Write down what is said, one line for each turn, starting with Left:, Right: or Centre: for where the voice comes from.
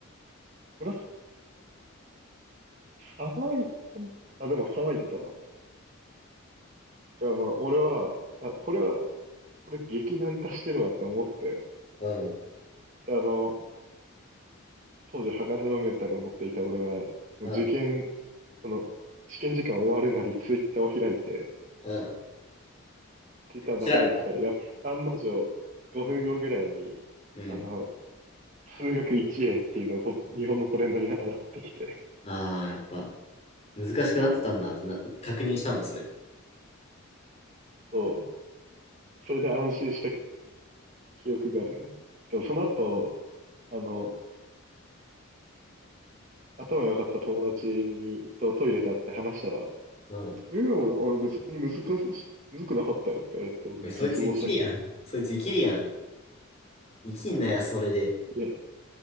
Right: これは騒い、そんあ、でも騒いでたな。いや、まあ、俺は、あ、これは、これ激難化してるわって思って、
Left: うん、
Right: で、あの、当時、鋼のメンタルを持っていた俺は、もう受験、
Left: うん、
Right: この、試験時間終わるなり、ツイッターを開いて、
Left: うん。
Right: ツイッター眺めてたら、
Left: 知らない。
Right: やっ案の定、5分後ぐらいに、
Left: うん。
Right: あの、数学 1A っていうのがト日本のトレンドに上がってきて、
Left: ああ、やっぱ、難しくなってたんだってな、確認したんだ、それ。
Right: そう、それで安心した記憶があるな。でもその後、あの、頭良かった友達に、とトイレで会って話したら、
Left: うん。
Right: えー俺、俺別に難し、難くなかったよって言われて、俺も絶望したけどね、
Left: おいそいつ生きるやん。そいつ生きるやん。生きんなや、それで。
Right: いや、